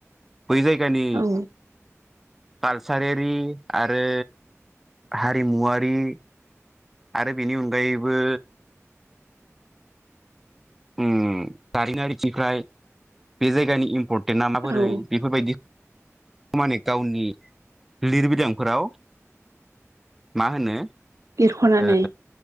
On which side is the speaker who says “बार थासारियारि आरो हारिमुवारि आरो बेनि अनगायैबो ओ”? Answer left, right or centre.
Centre